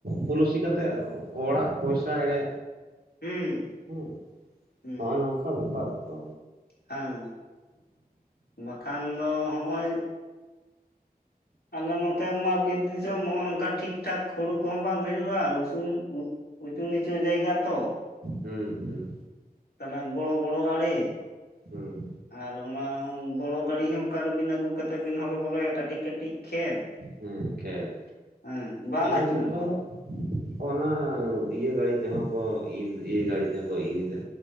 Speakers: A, on the right; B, on the left.
A: ᱯᱚᱞᱩᱥᱤ ᱠᱟᱛᱮᱜ ᱦᱚᱲᱟᱜ ᱯᱚᱭᱥᱟ ᱮᱲᱮᱼᱼ
B: ᱦᱩᱸ
A: ᱦᱮᱸ
B: ᱦᱩᱸ
A: ᱦᱚᱸᱜ-ᱚᱭ ᱱᱚᱝᱠᱟ ᱵᱮᱯᱟᱨ ᱛᱚ᱾
B: ᱦᱮᱸ ᱵᱟᱠᱷᱟᱱ ᱫᱚ ᱦᱚᱜᱼᱚᱸᱭᱼᱼ ᱟᱞᱮ ᱱᱚᱛᱮ ᱢᱟ ᱵᱤᱨ ᱫᱤᱥᱚᱢ ᱱᱚᱜ-ᱚ ᱱᱚᱝᱠᱟ ᱴᱷᱤᱠ ᱴᱷᱟᱠ ᱦᱩᱲᱩ ᱠᱩᱦᱚᱸ ᱵᱟᱝ ᱦᱩᱭᱩᱜ-ᱟ ᱩᱥᱩᱞ ᱩᱼᱼ ᱩᱪᱩ ᱱᱤᱪᱩ ᱡᱟᱭᱜᱟ ᱛᱚ᱾
A: ᱦᱩᱸ ᱦᱩᱸ᱾
B: ᱛᱟᱦᱚᱞᱮ ᱵᱚᱲᱚ ᱵᱚᱲᱚ ᱟᱲᱤ᱾
A: ᱦᱩᱸ᱾
B: ᱟᱨ ᱚᱱᱟ ᱚᱸᱻ ᱵᱚᱲᱚ ᱜᱟᱲᱤ ᱦᱚᱸ ᱚᱠᱟ ᱨᱮᱵᱤᱱ ᱟᱹᱜᱩ ᱠᱟᱛᱮᱜ ᱵᱤᱱ ᱦᱚᱨᱚ ᱵᱚᱨᱚᱭᱟ ᱠᱟᱹᱴᱤᱡ ᱠᱟᱹᱴᱤᱡ ᱠᱷᱮᱛ᱾
A: ᱦᱮᱸ ᱠᱷᱮᱛ
B: ᱦᱮᱸ ᱵᱟᱝ
A: ᱟᱞᱮ
B: ᱟᱹᱪᱩᱨᱚᱜᱼᱟ
A: ᱥᱮᱜ ᱫᱚᱼᱼ ᱚᱱᱟ ᱤᱭᱟᱹ ᱜᱟᱲᱤ ᱛᱮᱦᱚᱸ ᱠᱚ ᱤᱨ ᱤᱨ ᱜᱟᱹᱲᱤ ᱛᱮᱦᱚᱸ ᱠᱚ ᱤᱨ ᱫᱟ᱾